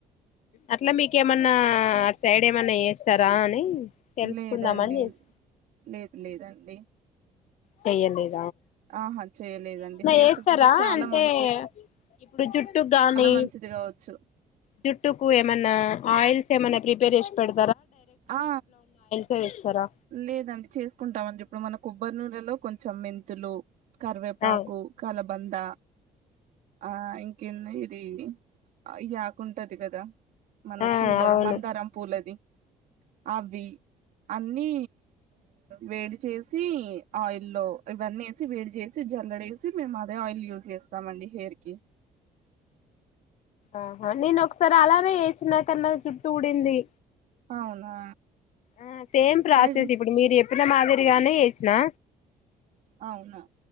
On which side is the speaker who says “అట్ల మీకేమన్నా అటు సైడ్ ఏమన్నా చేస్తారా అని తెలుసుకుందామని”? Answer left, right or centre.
Left